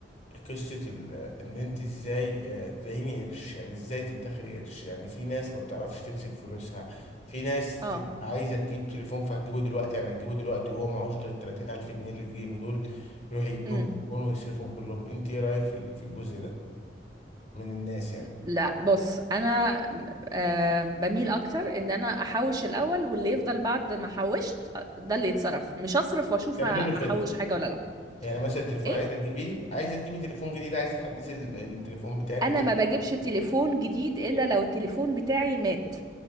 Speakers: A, on the left; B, on the right.
A: قصة ال ان انت ازاي آه، تعيني قرش يعني ازاي تدخري قرش يعني في ناس ما بتعرفش تمسك فلوسها في ناس
B: اه
A: تبقى عايزة تجيب تليفون فهتجيبه دلوقتي يعني هتجيبه دلوقتي وهو معهوش غير ال 30000 ألف جنيه اللي في جيبه دول يروح يجيب بهم
B: امم
A: تليفون ويصرفهم كلهم انت ايه رأيك في ال- في الجزء ده من الناس يعني
B: لا بص انا آه بميل اكتر ان انا احوش الاول واللي يفضل بعد ما حوشت آه، ده اللي يتصرف مش اصرف واشوف
A: يعملوا
B: ه-
A: له
B: هحوش
A: خطه
B: حاجه ولا لا
A: يعني مثلا التليفون
B: ايه
A: عايز اجيبيه عايز تجيبي تليفون جديد عايز تحدثي ال- التليفون بتاعك بتاع
B: انا ما بجيبش تليفون جديد الا لو التليفون بتاعي مات